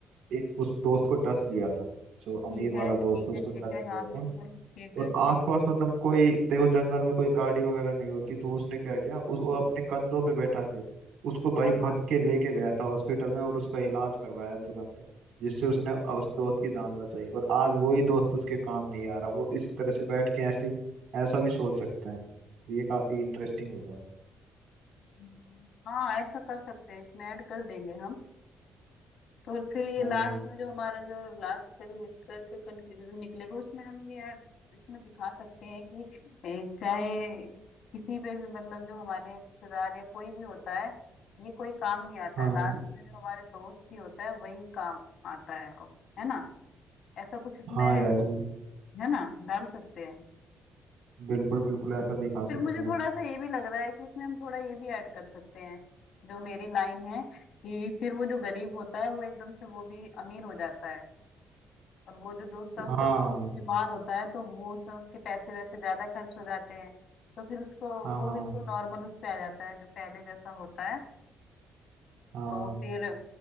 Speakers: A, on the right (about 80°); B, on the left (about 70°).
A: एक उस दोस्त को डस लिया था जो अमीर
B: ठीक
A: वाला
B: है ठीक
A: दोस्त था, उसको
B: है ठीक
A: डस
B: है हाँ
A: लिया था
B: बिल्कुल ठीक है
A: और आसपास मतलब कोई देखो जंगल में कोई गाड़ी वगैरह नहीं होती तो उसने क्या किया उस वो अपने कंधों पे बैठा के उसको भाई
B: हाँ हाँ।
A: भग के लेके गया था हॉस्पिटल में और उसका इलाज करवाया तुरंत जिससे उसने उस दोस्त की जान बचाई और आज वही दोस्त उसके काम नहीं आ रहा वो इस तरह से बैठ के ऐसी ऐसा भी सोच सकते हैं ये काफी इंटरेस्टिंग हो जाएगा
B: हम्म। हाँ ऐसा कर सकते हैं इसमें ऐड कर देंगे हम तो फिर ये
A: हाँ
B: लास्ट में जो हमारा जो लास्ट का जो निष्कर्ष कंक्लूजन निकलेगा उसमें हम ये ऐड इसमें दिखा सकते हैं कि ए, चाहे किसी पे भी मतलब जो हमारे रिश्तेदार या कोई भी होता है ये कोई काम नहीं आता
A: हाँ
B: है लास्ट में जो हमारे दोस्त ही होता है वही काम आता है है ना ऐसा कुछ इसमें
A: हाँ यार जी
B: है ना डाल सकते हैं
A: बिल्कुल बिल्कुल ऐसा दिखा सकते
B: फिर मुझे
A: हैं
B: थोड़ा सा ये भी लग रहा है कि इसमें हम थोड़ा ये भी ऐड कर सकते हैं जो मेरी लाइन है कि फिर वो जो गरीब होता है वो एकदम से वो भी अमीर हो जाता है और वो जो दोस्त है उसका
A: हाँ
B: दोस्त बीमार होता है तो वो उसमें उसके पैसे वैसे ज्यादा खर्च हो जाते हैं तो फिर उसको
A: हाँ
B: वो
A: हाँ
B: बिल्कुल नॉर्मल उस पे आ जाता है जो पहले जैसा होता है
A: हाँ
B: तो फिर